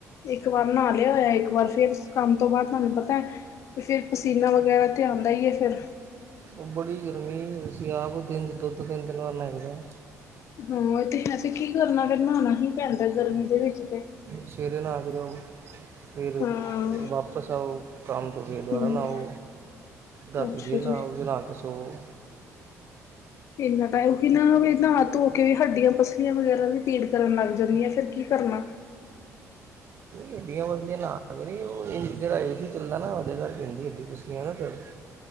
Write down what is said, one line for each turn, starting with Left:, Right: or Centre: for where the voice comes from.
Left: ਇੱਕ ਵਾਰ ਨਾ ਲਿਆ ਹੋਇਆ, ਇੱਕ ਵਾਰ ਫੇਰ ਕੰਮ ਤੋਂ ਬਾਅਦ ਤੁਹਾਨੂੰ ਪਤਾ ਏ। ਤੇ ਫੇਰ ਪਸੀਨਾ ਵਗੈਰਾ ਤੇ ਆਂਦਾ ਈ ਏ ਫੇਰ।
Right: ਉਹ ਬੜੀ ਗਰਮੀ। ਅਸੀਂ ਆਪ ਦਿਨ ਚ ਦੋ-ਦੋ ਤਿਨ-ਤਿਨ ਵਾਰ ਨਾਈਦਾ।
Left: ਹੁੰ ਏ ਤੇ ਹੈ ਸੀ ਕੀ ਕਰਨਾ ਫੇਰ ਨਾਣਾ ਹੀ ਪੈਂਦਾ ਗਰਮੀ ਦੇ ਵਿੱਚ ਤੇ
Right: ਸਵੇਰੇ ਨਾ ਕੇ ਜਾਓ। ਫੇਰ
Left: ਹਾਂ
Right: ਵਾਪਸ ਆਔ ਕੰਮ ਤੋਂ ਫੇਰ ਦੁਬਾਰਾ
Left: ਹਮ
Right: ਨਾਔ। ਰਾਤੀ
Left: ਅੱਛਾ
Right: ਵੇ ਲਾਓ
Left: ਜੀ
Right: ਵੇਲ ਆਕੇ ਸੋਵੋਂ।
Left: ਇਹਨਾ ਟਾਈਮ ਫਿਰ <unintelligible> ਨਾ ਧੋ ਕੇ ਕਯੀ ਹੱਡੀਆਂ ਪਸਲੀਆਂ ਵਗੈਰਾ ਵੀ ਪੀੜ ਕਰਨ ਲੱਗ ਜਾਂਦੀਆਂ। ਫੇਰ ਕੀ ਕਰਨਾ?
Right: ਗੱਡੀਆਂ ਪਸਲੀਆਂ ਨਾ <unintelligible> ਔ ਜਿਹੜਾ ਏ ਸੀ ਚੱਲਦਾ ਨਾ ਔਦੇ ਕਰਕੇ ਹੁੰਦੀ ਐ ਹੱਡੀ ਪਸਲੀਆਂ ਨਾ ਦਰਦ।